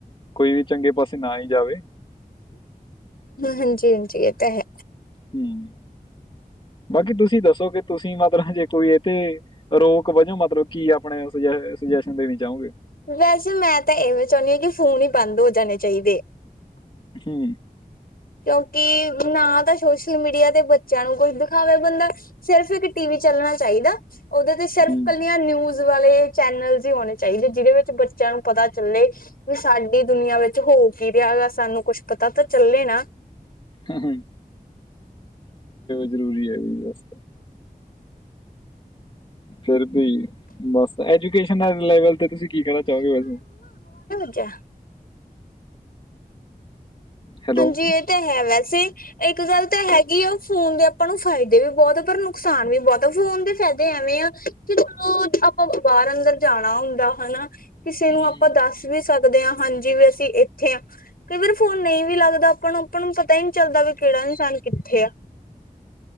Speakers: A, on the left; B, on the left.
A: ਕੋਈ ਵੀ ਚੰਗੇ ਪਾਸੇ ਨਾ ਹੀ ਜਾਵੇ।
B: ਹਾਂਜੀ, ਹਾਂਜੀ ਇਹ ਤਾਂ ਹੈ।
A: ਹੂੰ, ਬਾਕੀ ਤੁਸੀਂ ਦੱਸੋ ਕਿ ਤੁਸੀਂ ਮਤਲਬ ਜੇ ਕੋਈ ਇਹ ਤੇ ਰੋਕ ਵਜੋਂ ਮਤਲਬ ਕੀ ਆਪਣੇ ਸੁਜੈ ਸੁਜੈਸ਼ਨ ਦੇਣੀ ਚਾਹੋਗੇ?
B: ਵੈਸੇ ਮੈਂ ਤਾਂ ਇਵੇਂ ਚਾਹੁੰਨੀ ਹਾਂ ਕਿ ਫੋਨ ਹੀ ਬੰਦ ਹੋ ਜਾਣੇ ਚਾਹੀਦੇ।
A: ਹੂੰ
B: ਕਿਉਂਕਿ ਨਾ ਤਾਂ ਸੋਸ਼ਲ ਮੀਡੀਆ ਤੇ ਬੱਚਿਆਂ ਨੂੰ ਕੁਝ ਦਿਖਾਵੇ ਬੰਦਾ ਸਿਰਫ ਇੱਕ ਟੀ ਵੀ ਚੱਲਣਾ ਚਾਹੀਦਾ! ਉਹਦੇ ਤੇ ਸਿਰਫ
A: ਹੂੰ
B: ਇਕੱਲੀਆਂ ਨਿਊਜ ਵਾਲੇ ਚੈਨਲਸ ਹੀ ਹੋਣੇ ਸੀ ਚਾਹੀਦੇ ਜਿਹਦੇ ਵਿੱਚ ਬੱਚਿਆਂ ਨੂੰ ਪਤਾ ਚੱਲੇ ਵੀ, ਸਾਡੀ ਦੁਨੀਆਂ ਵਿੱਚ ਹੋ ਕੀ ਰਿਹਾ ਗਾ, ਸਾਨੂੰ ਕੁੱਛ ਪਤਾ ਤਾਂ ਚੱਲੇ ਨਾ।
A: ਹਾਂ, ਹਾਂ। ਜ਼ਰੂਰੀ ਹੈ, ਵੀ ਵਸ। ਫਿਰ ਵੀ ਬਸ ਐਜੂਕੇਸ਼ਨ ਲੈਵਲ ਤੇ, ਤੁਸੀਂ ਕੀ ਕਹਿਣਾ ਚਾਹੋਗੇ ਵੈਸੇ।
B: ਪੰਜਾ
A: ਹੈਲੋ
B: ਹਾਂਜੀ। ਇਹ ਤਾਂ, ਹੈ, ਵੈਸੇ ਇੱਕ ਗੱਲ ਤਾਂ, ਹੈਗੀ ਆ ਫੋਨ ਦੇ ਆਪਾਂ ਨੂੰ ਫਾਇਦੇ ਵੀ ਬਹੁਤ ਆ, ਪਰ ਨੁਕਸਾਨ ਵੀ ਬਹੁਤ ਆ, ਫੋਨ ਦੇ ਫਾਇਦੇ ਐਵੇਂ ਆ ਤੇੋ, ਆਪਾਂ ਬਾਹਰ ਅੰਦਰ ਜਾਣਾ ਹੁੰਦਾ ਹਨਾ ਕਿਸੇ ਨੂੰ
A: ਹਮ
B: ਆਪਾਂ ਦੱਸ ਵੀ ਸਕਦੇ। ਸਕਦੇ ਹਾਂ, ਹਾਂਜੀ, ਵੀ ਅਸੀਂ ਇੱਥੇ ਹ ਕਈ ਵਾਰ ਫੋਨ ਨਹੀਂ ਵੀ ਲੱਗਦਾ। ਦਾ ਆਪਾਂ ਆਪ ਨੂੰ, ਪਤਾ ਹੀ ਨਹੀਂ ਚੱਲਦਾ ਵੀ, ਕਿਹੜਾ ਇਨਸਾਨ ਕਿੱਥੇ ਆ।